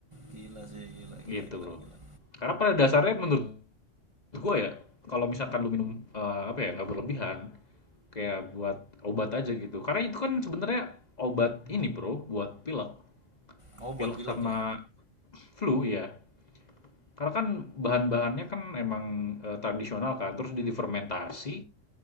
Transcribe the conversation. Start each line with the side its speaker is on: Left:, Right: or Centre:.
Right: Gila sih, gila gila
Left: gitu,
Right: gila
Left: Bro.
Right: gila.
Left: Karena pada dasarnya menurut Menurut gue ya, kalau misalkan lu minum, eee, apa ya, nggak berlebihan, kayak buat obat aja gitu. Karena itu kan sebenarnya obat ini Bro, buat pilek.
Right: Oh, buat
Left: Pilek
Right: pilek
Left: sama
Right: ya.
Left: flu ya. Karena kan bahan-bahannya kan emang, eee, tradisional kan, terus dia difermentasi,